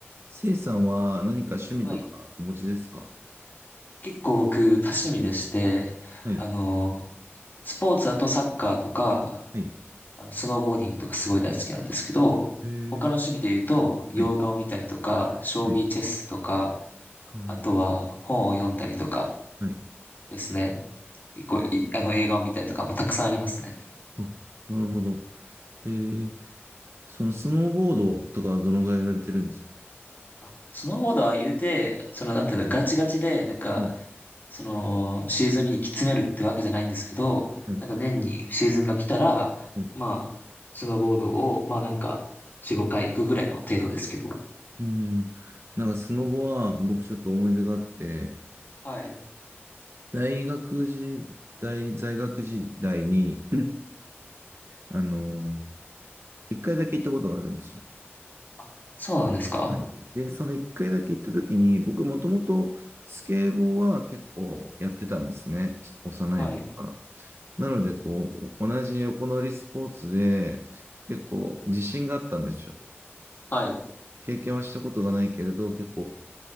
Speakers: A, on the right; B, on the left.
A: せいさんは何か趣味とかお持ちですか
B: はい。結構僕、多趣味でして、
A: はい。はい。
B: あの、スポーツだとサッカーとか、
A: はい。
B: あの、スノーボーディングとかすごい大好きなんですけど、
A: えー、
B: 他の趣味で言うと、洋画を見たりとか、
A: はい。
B: 将棋チェスとか、
A: はい。はあ
B: あとは本を読んだりとか
A: はい。
B: ですね。結構い、あの、映画を見たりとかもたくさんありますね。
A: ああなるほど。えー、そのスノーボードとかはどのぐらいやられてるんですか
B: あ、スノーボードは言うて、その、なんていうの、ガチガチで、なんか、
A: はい。
B: その、シーズンに行き詰めるってわけじゃないんですけど、
A: はい。
B: なんか年にシーズンが来たら、
A: はい。
B: まあ、スノーボードを、まあなんか、4、5回行くぐらいの程度ですけど。
A: うん。なんかスノボは僕ちょっと思い出があって、
B: はい。
A: 大学時代、在学時代に、あの、一回だけ行ったことがあるんですよ。
B: あ、そうなんですか
A: はい。で、その一回だけ行った時に、僕もともとスケボーは結構やってたんですね。ち幼い頃から。
B: はい。
A: なので、こう、同じ横乗りスポーツで結構自信があったんですよ。
B: はい。
A: 経験はしたことがないけれど、結構